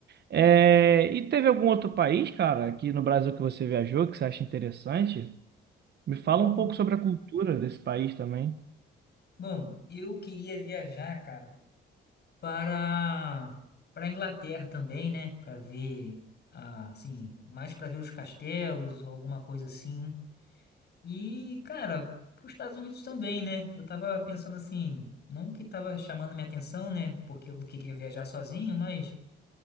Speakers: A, on the right; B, on the left.
A: É... E teve algum outro país, cara, aqui no Brasil que você viajou, que você acha interessante? Me fala
B: Bom,
A: um pouco sobre a cultura desse país também.
B: bom, eu queria viajar, cara, para para a Inglaterra também, né? Para ver, ah, assim, mais para ver os castelos ou alguma coisa assim. E, cara, pros Estados Unidos também, né? Eu tava pensando assim, não que tava chamando minha atenção, né? Porque eu não queria viajar sozinho, mas